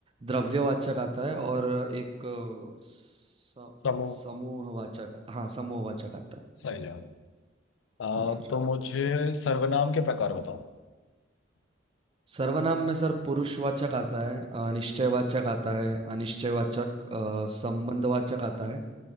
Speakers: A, on the right (about 30°); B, on the left (about 80°).
A: द्रव्यवाचक आता है और एक अ, स-
B: समूह
A: समूहवाचक हाँ समूहवाचक आता है
B: सही जवाब आ,
A: हाँ सर
B: तो मुझे सर्वनाम के प्रकार बताओ
A: सर्वनाम में सर पुरुषवाचक आता है अ, निश्चयवाचक आता है अनिश्चयवाचक अ, संबंधवाचक आता है